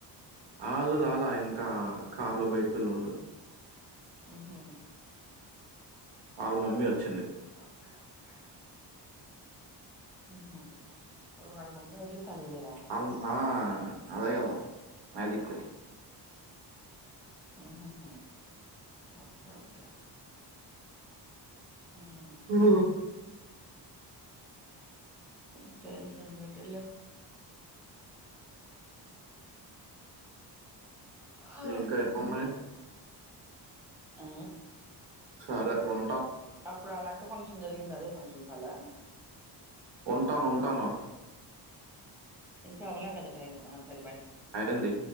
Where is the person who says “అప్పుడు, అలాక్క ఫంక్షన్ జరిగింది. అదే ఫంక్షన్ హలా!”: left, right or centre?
Centre